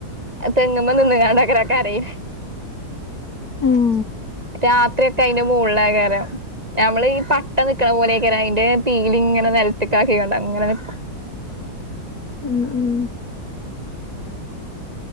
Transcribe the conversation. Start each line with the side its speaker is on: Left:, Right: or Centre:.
Right: തെങ്ങ്മ്മെ നിന്ന്ങ്ങാണ്ടക്കരയും
Left: ഉം
Right: രാത്രി ഒക്കെ അയ്ന്റെ മോള്ളേയ് ക്കാരം നമ്മളീ പട്ട നിക്കണ പോലെയൊക്കാരം അയ്ന്റെ പീലിങ്ങനെ നിലത്തക്കാക്കിണ്ടങ്ങനെ നിക്കും
Left: ഉം ഉം